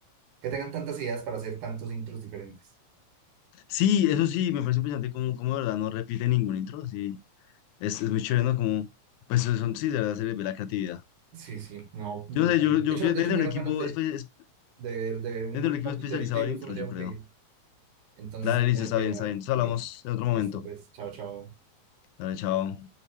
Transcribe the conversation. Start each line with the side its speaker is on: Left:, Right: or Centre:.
Right: Que tengan tantas ideas para hacer tantos intros diferentes.
Left: Sí, eso sí, me parece impresionante como, como de verdad no repite ningún intro, sí. Es, es muy chévere, ¿no? Como, pues son, sí, de verdad se le ve la creatividad.
Right: Sí, sí, no, brutal.
Left: Yo no sé, yo, yo
Right: De hecho,
Left: creo
Right: de
Left: que
Right: hecho
Left: desde
Right: me
Left: un
Right: dieron
Left: equipo,
Right: ganas de,
Left: espe- es-
Right: de, ver- de ver un
Left: desde un equipo
Right: capitolito
Left: especializado
Right: y
Left: adentro,
Right: justo me tengo
Left: yo creo.
Right: que ir. Entonces
Left: Dale,
Right: te
Left: listo,
Right: tengo
Left: está
Right: que
Left: bien,
Right: dejar.
Left: está bien. Entonces hablamos
Right: eh,
Left: en otro momento.
Right: Listo, pues, chao, chao.
Left: Dale, chao.